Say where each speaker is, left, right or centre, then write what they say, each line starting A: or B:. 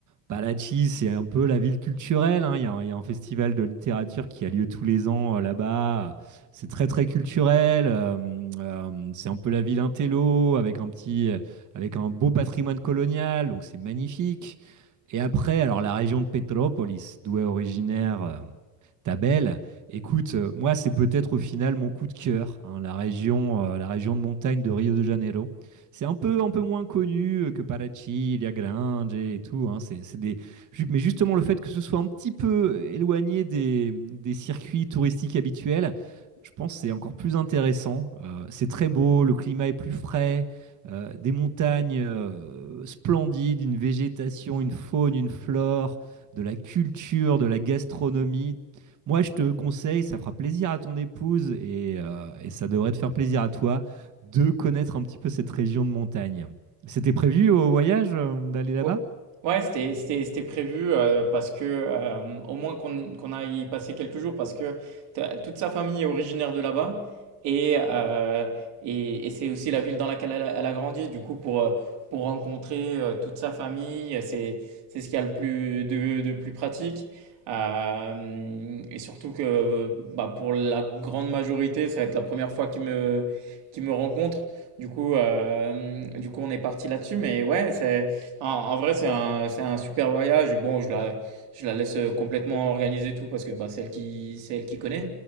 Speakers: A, on the right; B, on the right.
A: Balachi, c'est un peu la ville culturelle. hein. Il y a, un il y a un festival de littérature qui a lieu tous les ans euh, là-bas. C'est très très culturel. euh, euh, c'est un peu la ville intello avec un petit, euh, avec un beau patrimoine colonial. Donc c'est magnifique. Et après, alors la région de Petropolis, d'où est originaire euh, Tabel. Écoute, euh, moi c'est peut-être au final mon coup de cœur, hein, la région, euh, la région de montagne de Rio de Janeiro. C'est un peu, un peu moins connu euh, que Parachi, Ilha Grande et tout. hein. C'est, c'est des... Mais justement, le fait que ce soit un petit peu éloigné des, des circuits touristiques habituels, je pense que c'est encore plus intéressant. Euh, c'est très beau, le climat est plus frais, euh, des montagnes euh, splendides, une végétation, une faune, une flore, de la culture, de la gastronomie. Moi, je te conseille, ça fera plaisir à ton épouse et, euh, et ça devrait te faire plaisir à toi de connaître un petit peu cette région de montagne. C'était prévu au voyage euh, d'aller là-bas
B: Ouais, ouais, c'était c'était- c'était prévu euh, parce que euh, au moins qu'on qu'on aille y passer quelques jours parce que t'as- toute sa famille est originaire de là-bas et euh, et, et c'est aussi la ville dans laquelle elle a, elle a grandi. Du coup, pour euh, pour rencontrer euh, toute sa famille, c'est c'est ce qu'il y a le plus de, de plus pratique. Euh, et surtout que bah, pour la grande majorité, ça va être la première fois qu'ils me qu'ils me rencontrent. Du coup, euh, du coup, on est parti là-dessus. Mais ouais, c'est en, en vrai, c'est un, c'est un super voyage. Bon, je la, je la laisse complètement organiser tout parce que bah, c'est elle qui, c'est elle qui connaît.